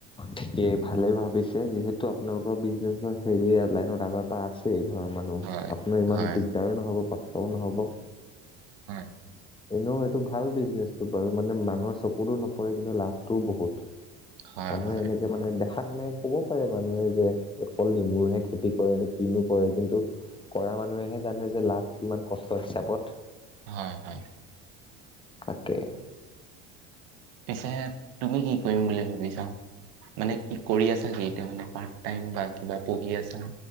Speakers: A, on the left (about 15°); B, on the right (about 75°).
A: থিকেই ভালেই ভাবিছে যিহেতু আপোনালোকৰ বিজনেচৰ হেৰি লাইনত আগৰ পা, আছেই ঘৰৰ মানুহ,
B: হয়
A: আপোনাৰ ইমান
B: হয়
A: দিগদাৰো নহ'ব, কষ্টও নহ'ব।
B: উম,
A: এনেও, এইটো ভাল বিজনেচটো বাৰু মানে মানুহৰ চকুতো নপৰে কিন্তু লাভটোও বহুত।
B: হয়
A: মানুহে
B: হয়
A: এনেকে মানে, দেখা তেনেকে ক'ব পাৰে মানুহে যে অকল নেমুৰহে খেতি কৰে নে কিনো কৰে কিন্তু কৰা মানুহেহে জানে যে লাভ কিমান কষ্ট হিচাপত
B: হয় হয়
A: তাকে
B: পিছে তুমি কি কৰিম বুলি ভাবিছা মানে কি কৰি আছা য এতিয়া মানে পাৰ্টাই বা কিবা পঢ়ি আছা